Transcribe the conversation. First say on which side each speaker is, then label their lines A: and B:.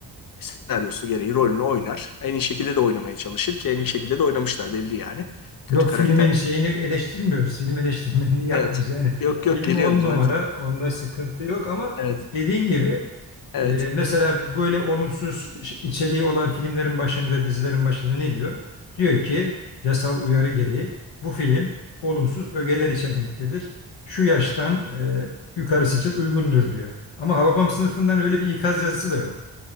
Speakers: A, on the left; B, on the left.
A: senaryosu gereği rolünü oynar. En iyi şekilde de oynamaya çalışır ki en iyi şekilde de oynamışlar belli yani. Kötü
B: Yok
A: karakter.
B: filmin şeyini eleştirmiyoruz. Film eleştirmenliği yapmıyoruz.
A: Evet.
B: Yani
A: Yok yok
B: film
A: geliyorum
B: on
A: zaten.
B: numara, onda sıkıntı yok ama
A: Evet.
B: dediğin gibi
A: Evet.
B: e, mesela böyle olumsuz iş- içeriği olan filmlerin başında, dizilerin başında ne diyor? Diyor ki yasal uyarı gereği bu film olumsuz ögeler içermektedir. Şu yaştan
A: Evet.
B: e, yukarısı için uygundur diyor. Ama Hababam sınıfından öyle bir ikaz yazısı da yok.